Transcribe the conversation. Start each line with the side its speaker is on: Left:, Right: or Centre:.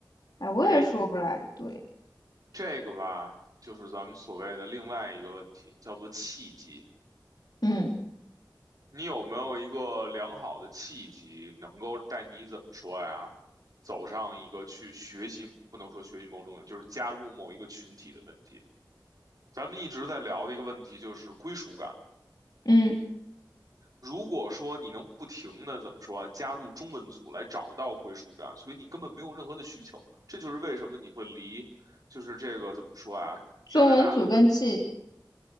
Left: 哎，我也说不来，
Right: 哎，
Left: 对，
Right: 这个吧，就是咱们所谓的另外一个问题，叫做契机。
Left: 嗯
Right: 你有没有一个良好的契机，能够带你怎么说呀，走上一个去学习，不能说学习某种，就是加入某一个群体的问题？咱们一直在聊的一个问题就是归属感。
Left: 嗯，
Right: 如果说你能不停的怎么说啊，加入中文组来找到归属感，所以你根本没有任何的需求。这就是为什么你会离，就是这个怎么说啊，
Left: 中文组跟记，
Right: 加拿大的